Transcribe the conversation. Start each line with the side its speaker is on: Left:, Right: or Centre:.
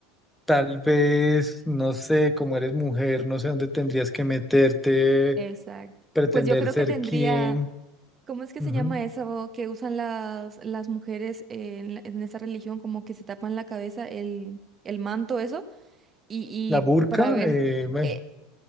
Centre: tal vez, no sé, como eres mujer, no sé dónde tendrías que meterte,
Right: exacto.
Centre: pretender
Right: Pues yo creo
Centre: ser
Right: que tendría,
Centre: quién.
Right: ¿cómo es que
Centre: Ujú.
Right: se llama eso que usan las, las mujeres en, la- en esa religión? Como que se tapan la cabeza, el, el manto, eso, y, y
Centre: La burka,
Right: para ver,
Centre: eh, bueno,
Right: eh,